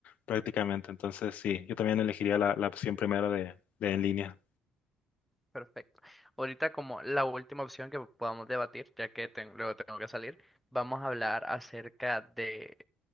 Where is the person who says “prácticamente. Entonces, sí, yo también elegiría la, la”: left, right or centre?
Left